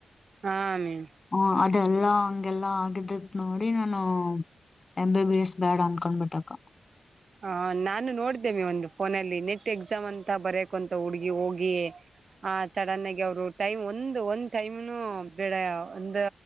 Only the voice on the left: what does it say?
ಹಾ ಅದೆಲ್ಲಾ ಹಂಗೆಲ್ಲಾ ಆಗಿದ್ದಿದ್ ನೋಡಿ ನಾನು ಎಂಬಿಬಿಎಸ್ ಬ್ಯಾಡ ಅಂದ್ಕೊಂಡ್ ಬಿಟ್ಟೆ ಅಕ್ಕ.